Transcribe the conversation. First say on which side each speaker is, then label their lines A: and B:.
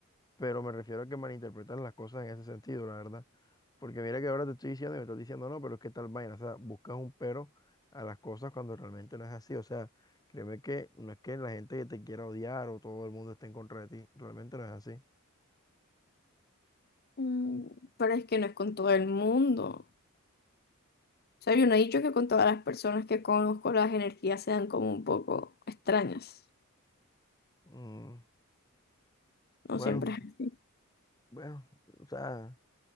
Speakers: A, on the left; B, on the left.
A: pero me refiero a que malinterpretan las cosas en ese sentido, la verdad, porque mira que ahora te estoy diciendo y me estás diciendo, no, pero es que tal vaina, o sea, buscas un pero a las cosas cuando realmente no es así, o sea, créeme que no es que la gente que te quiera odiar o todo el mundo esté en contra de ti, realmente no es así.
B: Mm, pero es que no es con todo el mundo. O sea, yo no he dicho que con todas las personas que conozco las energías sean como un poco extrañas.
A: Mm, bueno,
B: No siempre. es-
A: bueno, o sea,